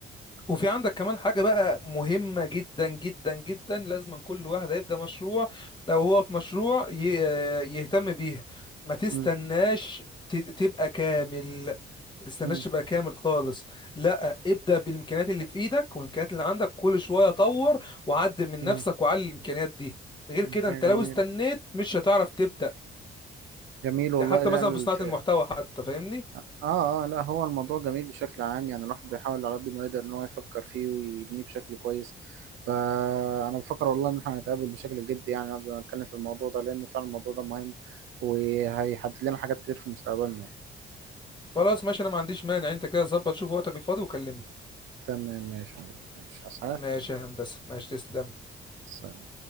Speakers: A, on the left; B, on the right.
A: وفي عندك كمان حاجة بقى مهمة جدا جدا جدا لازم كل واحد هيبدأ مشروع لو هو في مشروع ي- يهتم بيها ما تستناش
B: مم.
A: ت- تبقى كامل تستناش
B: مم.
A: بقى كامل خالص لا ابدأ بالامكانيات اللي في ايدك والامكانيات اللي عندك كل شوية طور وعدل من
B: مم.
A: نفسك وعلي الامكانيات دي غير
B: مم.
A: كده
B: حاجة
A: انت لو
B: جميل
A: استنيت مش هتعرف تبدأ
B: جميل والله
A: ده حتى
B: لا
A: مثلا
B: الف...
A: في صناعة المحتوى حتى فاهمني
B: اه اه لا هو الموضوع جميل بشكل عام يعني الواحد بيحاول على قد ما يقدر ان هو يفكر فيه ويبنيه بشكل كويس فانا بفكر والله ان احنا هنتقابل بشكل جدي يعني نقدر نتكلم في الموضوع ده لان فعلا الموضوع ده مهم وهيحدد لنا حاجات كتير في مستقبلنا يعني.
A: خلاص ماشي انا ما عنديش مانع انت كده ظبط شوف وقتك الفاضي وكلمني
B: تمام ماشي يا حبيبي ماشي اصحى
A: ماشي يا هندسة ماشي تسلم
B: سلام